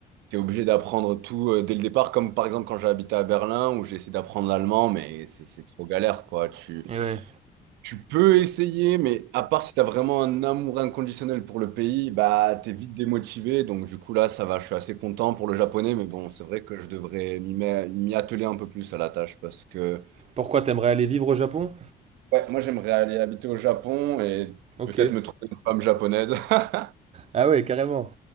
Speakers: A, on the right; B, on the right.
A: tu es obligé d'apprendre tout euh, dès le départ, comme par exemple quand j'ai habité à Berlin où j'ai essayé d'apprendre l'allemand, mais c'est c'est trop galère, quoi. Tu,
B: Et ouais.
A: tu peux essayer, mais à part si tu as vraiment un amour inconditionnel pour le pays, bah, tu es vite démotivé. Donc du coup, là, ça va, je suis assez content pour le japonais, mais bon, c'est vrai que je devrais m'y met- m'y atteler un peu plus à la tâche parce que...
B: Pourquoi t'aimerais aller vivre au Japon
A: Ouais, moi j'aimerais aller habiter au Japon et
B: Ok.
A: peut-être me trouver une femme japonaise. <laughs>
B: Ah ouais, carrément.